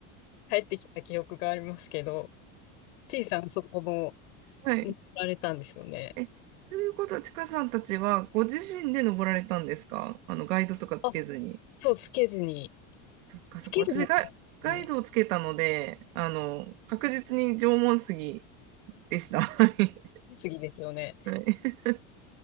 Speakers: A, on the left (about 80°); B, on the right (about 90°).
A: 帰ってきた記憶がありますけど、ちいさんそこも
B: はい。
A: 乗られたんですよね。
B: え、ということは、ちかさんたちはご自身で登られたんですかあの、ガイドとかつけずに。
A: あ、そう、つけずに。
B: そっかそっか。
A: つけるも
B: 私ガイ、ガイドをつけたので、
A: んね。
B: あの、確実に縄文杉でした。<laughs> はい。
A: 次ですよね。
B: はい <laughs>